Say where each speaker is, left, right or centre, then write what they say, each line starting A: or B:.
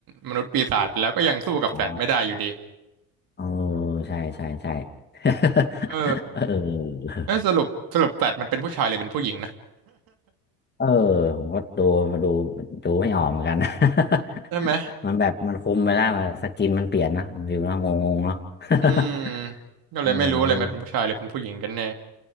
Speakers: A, on the right; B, on the left.
A: มนุษย์ปีศาจไปแล้วก็ยังสู้กับแฟลชไม่ได้อยู่ดี
B: อ๋อ เออ ใช่ใช่ใช่ <laughs>
A: เออ
B: เออ
A: เอ้ยสรุปสรุปแฟลชมันเป็นผู้ชายหรือเป็นผู้หญิงนะ
B: เออ ผมก็ดูมาดูดูไม่ออกเหมือนกันนะ <laughs>
A: ใช่ไหม
B: มันแบบมันคุมไปแล้วมันสกินมันเปลี่ยนนะวิวแลาวงงๆเนาะ
A: อืม
B: <laughs>
A: ก็เลยไม่รู้เลยมันเป็นผู้ชายหรือเป็นผู้หญิงกันแน่
B: เออ